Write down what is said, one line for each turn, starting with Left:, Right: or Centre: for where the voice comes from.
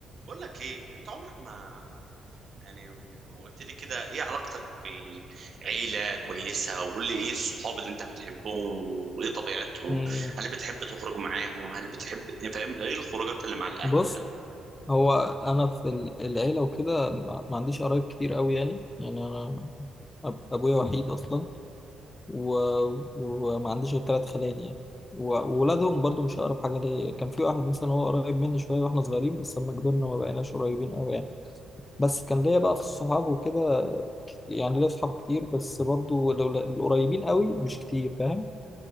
Right: بقول لك ايه انت عمرك ما يعني ما قلت لي كده ايه علاقتك بالعيلة كويسة وقول لي ايه الصحاب اللي انت بتحبهم وايه طبيعتهم
Left: مم.
Right: هل بتحب تخرج معاهم هل بتحب يعني فاهم ايه الخروجات اللي مع الاهل
Left: بص
Right: هل
Left: هو انا في ال- العيله وكده ما ما عنديش قرايب كتير قوي يعني يعني انا أب- ابويا وحيد اصلا و... وما عنديش غير ثلاث خلان يعني و- وولادهم برضو مش اقرب حاجه ليا كان في واحد مثلا هو قريب مني شويه واحنا صغيرين بس لما كبرنا ما بقيناش قريبين قوي يعني بس كان ليا بقى في الصحاب وكده يعني ليا صحاب كتير بس برضو لو لو- القريبين قوي مش كتير فاهم